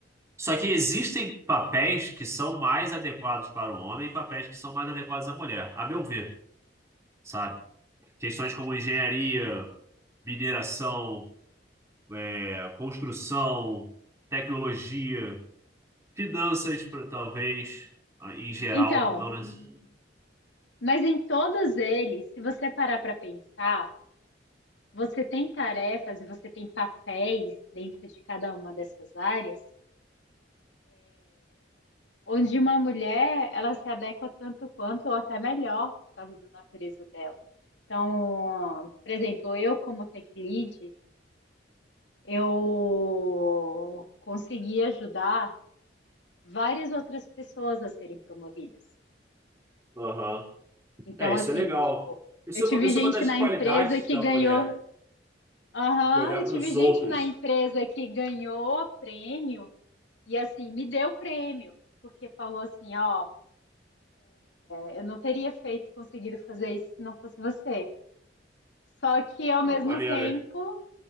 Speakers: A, on the right; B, on the left.
A: Só que existem papéis que são mais adequados para o homem e papéis que são mais adequados à mulher, a meu ver, sabe? Questões como engenharia, mineração, é, construção, tecnologia, finanças, pro- talvez, em geral,
B: Então,
A: não necessariamente
B: Mas em todos eles, se você parar para pensar, você tem tarefas e você tem papéis dentro de cada uma dessas áreas, onde uma mulher ela se adequa tanto quanto ou até melhor por causa da natureza dela. Então, por exemplo, eu como tech lead, eu consegui ajudar várias outras pessoas a serem promovidas.
A: Aham.
B: Então,
A: É, isso
B: assim,
A: é legal.
B: tipo,
A: Isso
B: eu
A: é
B: tive
A: uma, isso
B: gente
A: é uma das
B: na
A: qualidades
B: empresa que
A: da
B: ganhou
A: mulher,
B: Aham,
A: de olhar
B: eu
A: para
B: tive
A: os
B: gente
A: outros.
B: na empresa que ganhou prêmio e assim, me deu prêmio, porque falou assim, ó, é, eu não teria feito, conseguido fazer isso se não fosse você. Só que ao
A: Ó,
B: mesmo
A: maneiro,
B: tempo,
A: hein?